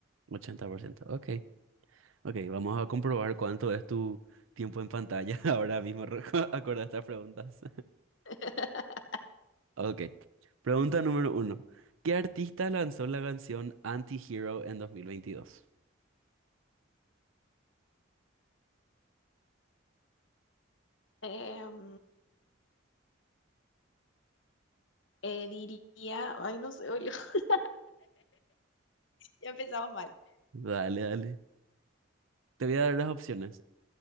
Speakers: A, on the right; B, on the left.
A: 80%. ok. Ok, vamos a comprobar cuánto es tu tiempo en pantalla <laughs> ahora mismo, re- acorde a estas preguntas.
B: <laughs>
A: Ok. Pregunta número uno. ¿Qué artista lanzó la canción Anti-Hero en 2022?
B: Em, eh, diría, ay, no sé, boludo, <laughs> ya empezamos mal.
A: Dale, dale. Te voy a dar las opciones.